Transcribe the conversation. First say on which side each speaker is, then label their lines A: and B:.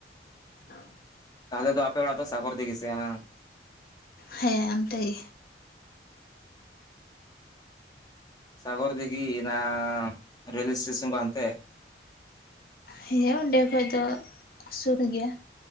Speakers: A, on the left; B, on the left.
A: <unintelligible>
B: ᱛᱟᱦᱚᱞᱮ ᱫᱚ ᱟᱯᱮ ᱚᱲᱟᱜ ᱫᱚ ᱥᱟᱜᱚᱨ ᱫᱤᱜᱷᱤ ᱥᱮᱣᱟᱝ᱾
A: ᱦᱮᱸ, ᱚᱱᱛᱮ ᱜᱮ
B: ᱥᱟᱜᱚᱨ ᱫᱤᱜᱷᱤ ᱚᱱᱟ ᱨᱮᱞ ᱥᱴᱮᱥᱚᱱ ᱠᱚ ᱦᱟᱱᱛᱮ?
A: ᱦᱮᱸ, ᱚᱸᱰᱮ ᱠᱷᱚᱡ ᱫᱚ ᱥᱩᱨ ᱜᱤᱭᱟ᱾